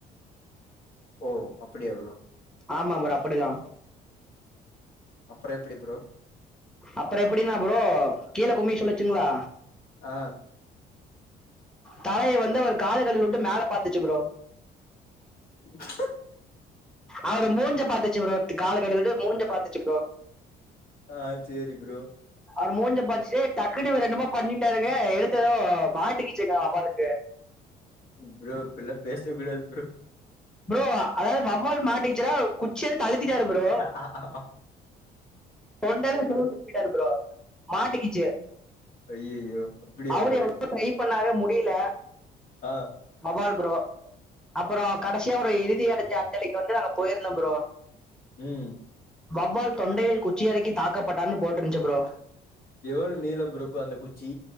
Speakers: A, on the left; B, in the centre.
A: ஓ அப்டியா ப்ரோ
B: ஆமா ப்ரோ அப்டிதா
A: அப்பற எப்டி ப்ரோ
B: அப்புற எப்டின்னா ப்ரோ கீழ குமிய சொல்லச்சுங்களா
A: ஆ
B: தலையை வந்து அவர் கால கழுவி வுட்டு மேல பாத்துச்சு ப்ரோ
A: <inaudible>
B: அவரு மூஞ்ச பாத்துச்சி ப்ரோ கால கழுவிட்டு மூஞ்ச பாத்துச்சி ப்ரோ
A: ஆ செரி ப்ரோ
B: அவரு மூஞ்ச பாத்துச்சி டக்குன்னு இவுரு என்னமோ பண்ணிட்டாருங்க எடுத்ததோ மாட்டி கீச்சங்கோ வவ்வாளுக்கு
A: ப்ரோ இப்பல்லா பேச கூடாது ப்ரோ
B: ப்ரோ அதாது வவ்வால் மாட்டிச்சின்னா குச்சி எடுத்து அழுத்திட்டாரு ப்ரோ
A: அ
B: தொண்டல்ல சொருவி போய்ட்டாரு ப்ரோ மாட்டிக்கிச்சி
A: ஐயையோ அப்டியா
B: அவுரு
A: ப்ரோ
B: எவளோ ட்ரை பண்ணாரு முடியில
A: ஆ
B: வவ்வால் ப்ரோ அப்புறோ கடைசியா ஒரு இறுதி அடைஞ்ச அஞ்சலிக்கு வந்து நாங்க போயிருந்தோ ப்ரோ
A: ம்
B: வவ்வால் தொண்டையில் குச்சிறைக்கி தாக்கப்பட்டான் போட்டிருந்துச்சி ப்ரோ
A: எவுள நீளம் ப்ரோப்பு அந்த குச்சி